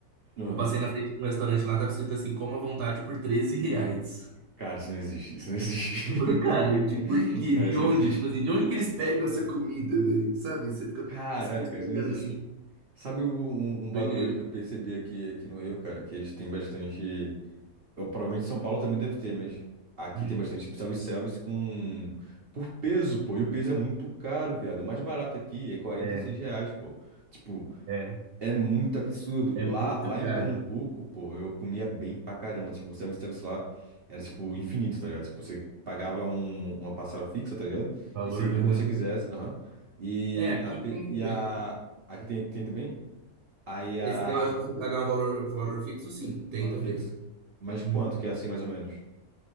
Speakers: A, on the right (about 50°); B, on the right (about 80°).
A: Aham.
B: eu passei na frente do restaurante lá, tava escrito assim, coma à vontade por 13 reais.
A: Cara, isso não existe. Isso não existe.
B: Eu falei,
A: <laughs>
B: cara, de por quê?
A: Cara,
B: De
A: isso
B: onde?
A: não existe.
B: Tipo assim, de onde que eles pegam essa comida, velho? Sabe? Você fica
A: Caralho,
B: se questionando
A: cara, isso não existe.
B: assim.
A: Sabe o- um, um bagulho
B: Doideira.
A: que eu percebi aqui, aqui no Rio, cara? Que eles têm bastante. Eu, provavelmente São Paulo também deve ter, mas aqui
B: Uhum.
A: tem bastante tipo, self-service com. Por peso, pô. E o peso é muito caro, viado. O mais barato aqui é quarenta
B: É,
A: e seis reais, pô. Tipo.
B: é.
A: É muito absurdo.
B: É
A: Lá,
B: muito
A: lá
B: caro.
A: em Pernambuco, pô, eu comia bem pra caramba. Tipo, o self-service lá era, tipo, infinito, tá ligado? Tipo, você pagava um- uma parcela fixa, tá ligado?
B: Valor?
A: E você via
B: Aham.
A: quando você quisesse, aham. E
B: É, aqui
A: a, pe-
B: tem
A: e
B: também.
A: a... Aqui tem, tem também? Aí a...
B: Esse negócio de você pagar um valor, valor fixo, sim, tem
A: Valor
B: também.
A: fixo. Mas
B: Uhum.
A: quanto que é assim, mais ou menos?